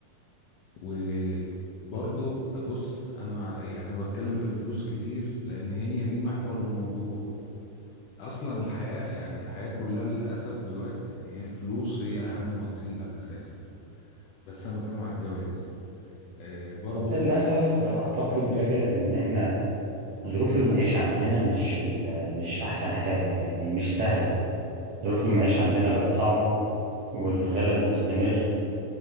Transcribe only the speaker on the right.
وده للأسف أعتقد راجع لأن إحنا ظروف المعيشة عندنا مش ال- مش أحسن حاجة يعني مش سهلة ظروف المعيشة عندنا بقت صعبة والغلاء
المستمر